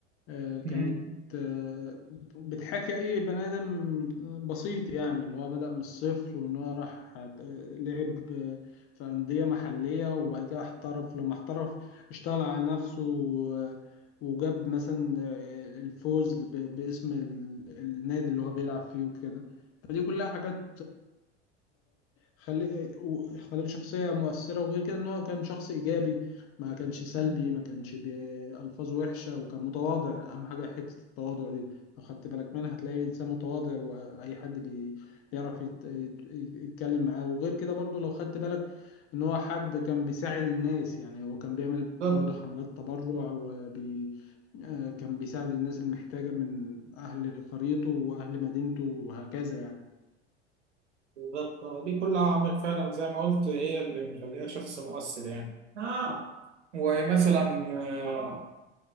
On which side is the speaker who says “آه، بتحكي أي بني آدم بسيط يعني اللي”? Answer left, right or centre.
Left